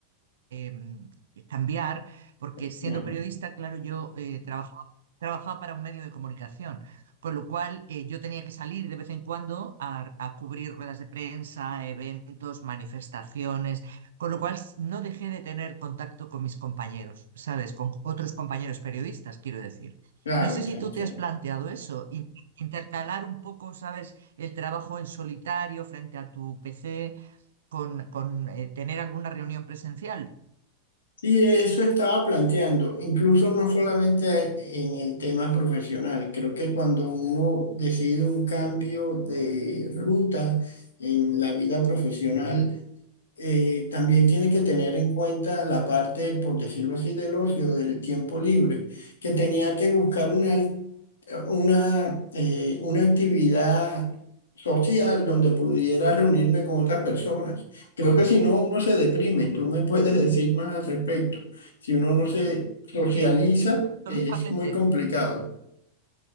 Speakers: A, on the right; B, on the left.
A: em, cambiar? Porque
B: Entiendo.
A: siendo periodista, claro, yo eh, trabajaba, trabajaba para un medio de comunicación, con lo cual eh, yo tenía que salir de vez en cuando a, a cubrir ruedas de prensa, eventos, manifestaciones, con lo cual s- no dejé de tener contacto con mis compañeros, ¿sabes? Con otros compañeros periodistas, quiero decir.
B: Claro,
A: No sé
B: te
A: si tú
B: entiendo.
A: te has planteado eso, in- intercalar un poco, ¿sabes? El trabajo en solitario frente a tu PC con, con, eh, tener alguna reunión presencial.
B: Y eso estaba planteando, incluso no solamente en el tema profesional, creo que cuando uno decide un cambio de ruta en la vida profesional, eh, también tiene que tener en cuenta la parte, por decirlo así, del ocio, del tiempo libre, que tenía que buscar una, al- una, eh, una actividad social donde pudiera reunirme con otras personas. Creo que si no, uno se deprime. Tú me puedes decir más al respecto. Si uno no se socializa,
A: Sí, absolutamente.
B: es muy complicado.